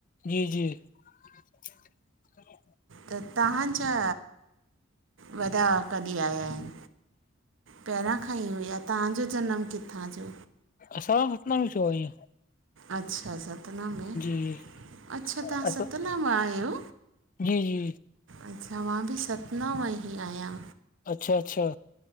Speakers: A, on the left; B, on the right.
A: जी जी, <inaudible>
B: त तव्हांजा वॾा कॾहिं आया आएन? पहिरां खां ई हुआ तव्हांजो जनमु किथां जो
A: असां अतना में छो आईंयेें।
B: अच्छा स सतना में
A: जी जी
B: अच्छा तव्हां
A: असां
B: सतना मां आयो।
A: जी जी
B: अच्छा मां बि सतना मां ई आयां।
A: अच्छा अच्छा।